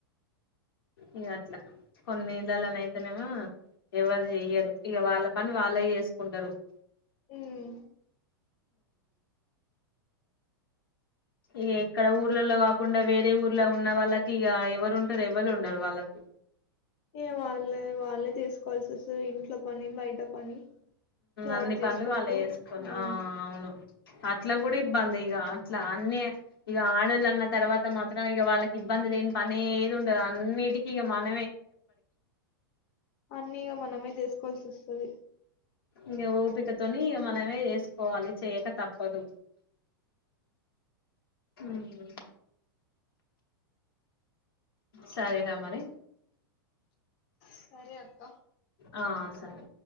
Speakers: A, on the left (about 80°); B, on the left (about 45°).
A: ఇగ అట్లా కొన్నిళ్ళలోనైతేనేమో ఎవరు చెయ్యరు ఇక వాళ్ళ పని వాళ్ళే చేసుకుంటారు <inaudible>
B: మ్మ్
A: ఇగ ఏక్కడ ఊర్లలో గాకుండా వేరే ఊరు లా ఉన్న వాళ్ళకి ఇగ ఎవరుంటారు ఎ ఎవళ్లుండరు వాళ్ళకు
B: ఇగ వాళ్ళే వాళ్ళే చేసుకోవాల్సి వస్తది ఇంట్లో పని బయట పని జాబ్
A: అన్ని
B: చేసుకుంటూ
A: పనులు వాళ్ళు చేసుకొని
B: మ్
A: ఆ అవును అట్లా కూడా ఇబ్బంది ఇగ అట్లా అన్నీ ఇగ ఆడల్ల తర్వాత మాత్రం ఇగ వాళ్ళకి ఇబ్బంది లేని పనేది ఉండదు అన్ని ఇప్పటికీ ఇగ మనం
B: అన్నీగా మనమే చెస్ కోల్సి వస్తది
A: ఇగ ఓపికతోని ఇగ మనమే చేసుకోవాలి చేయక తప్పదు ఊమ్ సరే రా మరి
B: సరే అక్క
A: ఆ సరే